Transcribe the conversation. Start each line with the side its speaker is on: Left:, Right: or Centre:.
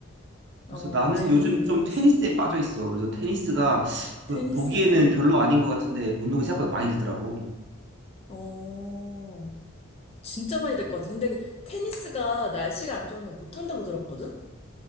Right: 그래서
Left: 어어
Right: 나는
Left: 재밌는
Right: 요즘
Left: 운동이
Right: 좀 테니스에
Left: 있어 어어
Right: 빠져 있어. 그래서 테니스가 그
Left: 테니스
Right: 보기에는 별로 아닌 것 같은데 운동이 생각보다 많이 되더라고.
Left: 어 진짜 많이 될 것 같아 근데 테니스가 날씨가 안 좋으면 못한다고 들었거든